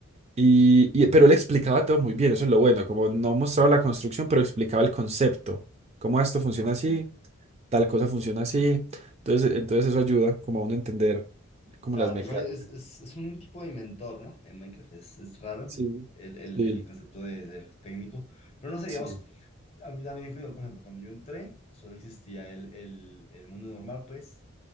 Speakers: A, on the right (about 30°); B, on the left (about 30°).
A: Y, y- pero él explicaba todo muy bien, eso es lo bueno, como no mostraba la construcción, pero explicaba el concepto, cómo esto
B: Ok.
A: funciona así, tal cosa funciona así. Entonces, entonces eso ayuda como a uno a entender como
B: Claro,
A: las mecánicas.
B: igual es, es, es un tipo de inventor, ¿no? En Minecraft es, es raro
A: Sí,
B: el, el,
A: sí,
B: el concepto de ser técnico. Pero no sé,
A: sí,
B: digamos, a mí también, cuando- por ejemplo, cuando yo entré, solo existía el, el, el mundo normal, pues,